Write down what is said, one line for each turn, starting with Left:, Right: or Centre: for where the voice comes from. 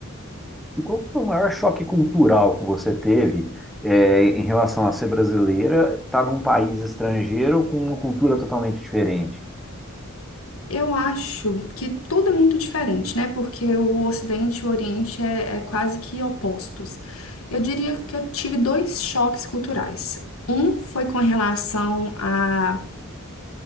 Centre: E qual que foi o maior choque cultural que você teve, eh, em relação a ser brasileira, estar num país estrangeiro com uma cultura totalmente diferente?
Left: Eu acho que tudo é muito diferente, né? Porque o Ocidente e o Oriente é, é quase que opostos. Eu diria que eu tive dois choques culturais. Um foi com relação à